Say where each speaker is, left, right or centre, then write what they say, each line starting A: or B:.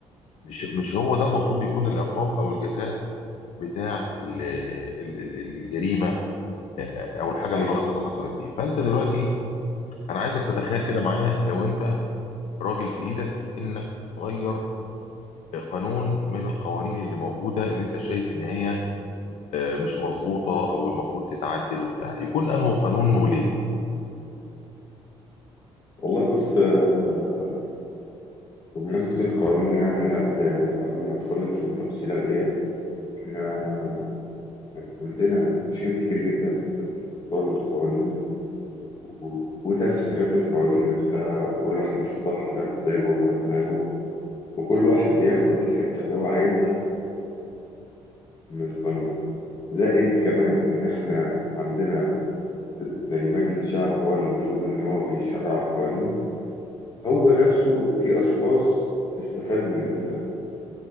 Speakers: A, on the left; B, on the left.
A: مش مش هو ده المفروض يكون العقاب او الجزاء بتاع ال- ال- ال- الجريمة آه، او الحاجه
B: ايوه
A: الغلط اللي حصلت دي فانت دلوقتي انا عايزك تتخيل كده معايا لو انت راجل في ايدك انك تغير قانون من القوانين اللي موجوده اللي انت شايف ان هي آه، مش مظبوطه او المفروض تتعدل وبتاع يكون انه قانون وليه
B: والله بص آه، بمناسبة القوانين يعني قبل قبل ما ادخل لك في التفصيلة ديت احنا عندنا مشاكل كتير جدا في في موضوع القوانين و- وتفسيرات القوانين نفسها وكل واحد بيفسرها على مزاجه وعلى دماغه وكل واحد بياخد الحتة اللي هو عايزها من القانون زائد كمان ان احنا عندنا ز- زي مجلس الشعب هو اللي المفروض ان هو بيشرع القوانين هو نفسه في أشخاص تستفاد من ال...